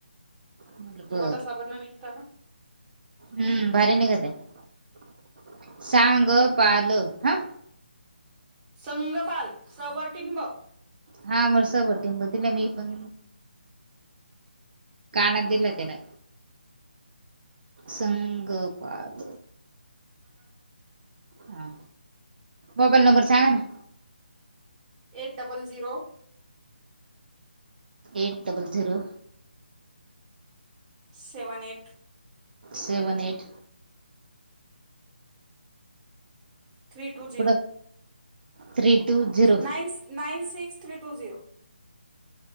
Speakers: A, on the right; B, on the right.
A: म्हटलं बर
B: गोटा साबणांनी निघत का?
A: हम्म भारी निघत आहे सांगपाल हा.
B: संगपाल स वर टिंब.
A: हा म स वर टिंब दिलं मी पण. कानात दिला त्याला. संगपाल
B: <inaudible>
A: ह मोबाईल नंबर सांगा ना.
B: Eight double zero
A: eight double zero.
B: Seven eight
A: seven eight.
B: Three two zero
A: कुठं three two zero
B: nine nine six three two zero.